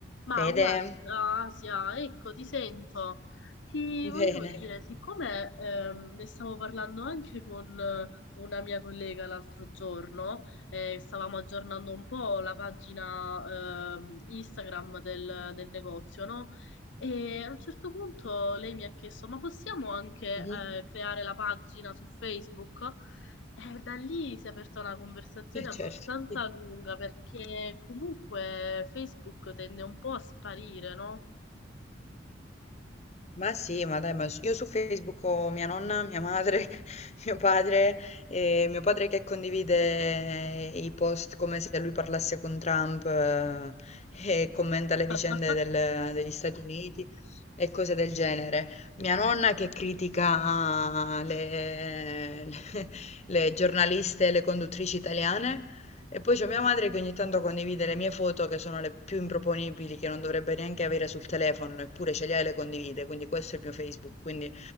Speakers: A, on the left; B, on the left.
A: Ma
B: Fede,
A: guarda,
B: <laughs>
A: Asia, ecco, ti sento. Ti
B: bene.
A: volevo dire, siccome ehm, ne stavo parlando anche con eh, una mia collega l'altro giorno, eh, stavamo aggiornando un po' la pagina ehm, Instagram del, del negozio, no? E a un certo punto lei mi ha chiesto, ma possiamo anche
B: Mh-mh.
A: eh, creare la pagina su Facebook? Eh, da lì si è aperta una conversazione
B: Eh,
A: abbastanza
B: certo. Sì.
A: lunga perché comunque Facebook tende un po' a sparire, no?
B: Ma sì, ma dai, ma s io su Facebook ho mia nonna, mia madre, <laughs> mio padre, ehm, mio padre che condivide eh, i post come se lui parlasse con Trump, ehm, e commenta le vicende
A: <laughs>
B: del degli Stati Uniti e cose del genere. Mia nonna che critica le <laughs> le giornaliste e le conduttrici italiane. E poi c'è mia madre che ogni tanto condivide le mie foto che sono le più improponibili, che non dovrebbe neanche avere sul telefono, eppure ce le ha e le condivide, quindi questo è il mio Facebook, quindi